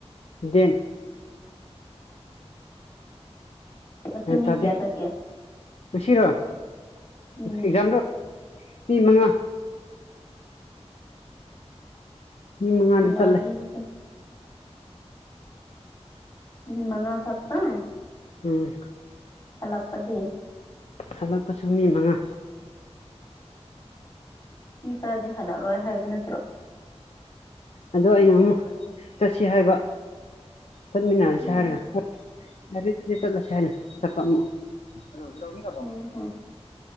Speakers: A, on the left; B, on the left.
A: ꯗꯦꯝ
B: ꯉꯁꯤ
A: ꯒ꯭ꯌꯥꯟ
B: ꯃꯤ
A: ꯇꯥꯗꯦ
B: ꯀꯌꯥ ꯆꯠꯀꯦ
A: ꯉꯁꯤꯔꯣ
B: ꯎꯝ
A: ꯑꯦꯛꯖꯝꯔꯣ ꯃꯤ ꯃꯉꯥ ꯃꯤ ꯃꯉꯥꯗꯤ
B: ꯒꯥꯔꯤꯁꯦ
A: ꯆꯠꯂꯦ
B: ꯃꯤ ꯃꯉꯥ ꯈꯛꯇꯪ
A: ꯎꯝ
B: ꯍꯜꯂꯛꯄꯗꯤ
A: ꯍꯜꯂꯛꯄꯁꯨ ꯃꯤ ꯃꯉꯥ
B: ꯃꯤ ꯈꯔꯗꯤ ꯍꯜꯂꯛꯂꯣꯏ ꯍꯥꯏꯕ ꯅꯠꯇ꯭ꯔꯣ
A: ꯑꯗꯣ ꯑꯩꯅ ꯑꯃꯨꯛ ꯆꯠꯁꯤ ꯍꯥꯏꯕ ꯆꯠꯃꯤꯟꯅꯔꯁꯦ
B: ꯑꯣ
A: ꯍꯥꯏꯔꯒ <unintelligible> ꯆꯠꯂꯁꯦ ꯍꯥꯏꯅ ꯆꯠꯄ ꯑꯃꯨꯛ <unintelligible>
B: ꯍꯣ ꯍꯣ